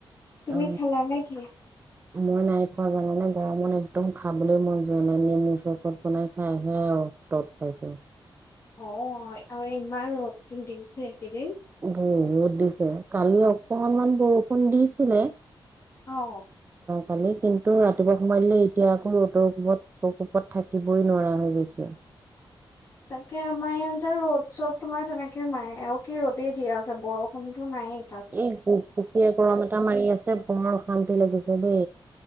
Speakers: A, on the left (about 30°); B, on the right (about 20°).
A: তুমি
B: অ
A: খালা নে কি?
B: মই নাই খোৱা জানা নে গৰমত একদম খাবলৈ মন যোৱা নাই নেমু চৰপত বনাই খাইহে আৰু তদ পাইছোঁ।
A: অ', আৰু ইমান ৰ'দ দিছে একেইদিন।
B: বহুত দিছে কালি অকনমান বৰষুণ দিছিলে।
A: অ
B: কালি কিন্তু ৰাতিপুৱা সময় দিলে এতিয়া আকৌ ৰ'দৰ কোবত প্ৰকোপত থাকিবই নোৱাৰা হৈ গৈছো।
A: তাকে আমাৰ ইয়াত যে ৰ'দ চব তোমাৰ তেনেকে নাই আৰু কি ৰ'দেই দিয়া আছে বৰষুণতো নায়েই
B: এই গুপ গুপিয় গৰম এটা মাৰি আছে বৰ অশান্তি লাগিছে যদি